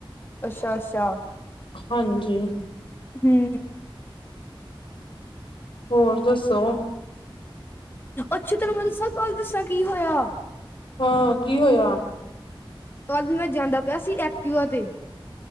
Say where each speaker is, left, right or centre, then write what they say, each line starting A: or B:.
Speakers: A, on the left; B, on the left.
A: ਅੱਛਾ, ਅੱਛਾ
B: ਹਾਂਜੀ।
A: ਹੂੰਮ
B: ਹੋਰ ਦੱਸੋ?
A: ਅੱਛਾ, ਤੈਨੂੰ ਮੈਂ ਦੱਸਾਂ ਕੱਲ ਦੱਸਾ ਕੀ ਹੋਇਆ।
B: ਹਾਂ ਕੀ ਹੋਇਆ?
A: ਕੱਲ ਮੈਂ ਜਾਂਦਾ ਪਿਆ ਸੀ ਐਕਟਿਵਾ ਤੇ।